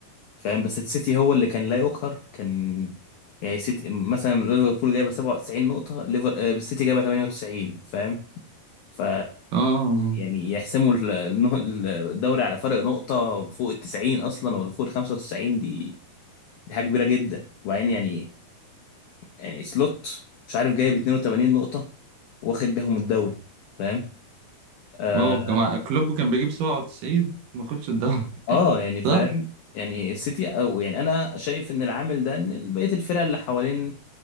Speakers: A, on the left; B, on the right.
A: فاهم بس السيتي هو اللي كان لا يقهر كان يعني سيتي مثلا ليفربول جايبه 97 نقطة ليفر آه، السيتي جايبه 98 فاهم ف
B: اه
A: يعني يحسموا ال- النه- الدوري على فرق نقطة فوق ال 90 أصلا ولا فوق ال 95 دي دي حاجة كبيرة جدا وبعدين يعني يعني سلوت مش عارف جايب 82 نقطة واخد بيهم الدوري فاهم آه,
B: اه جماعة كلوب كان بيجيب 97 ما خدش الدوري
A: آه
B: <laughs>
A: يعني
B: صح؟
A: فاهم يعني السيتي أو يعني أنا شايف إن العامل ده إن بقية الفرق اللي حوالين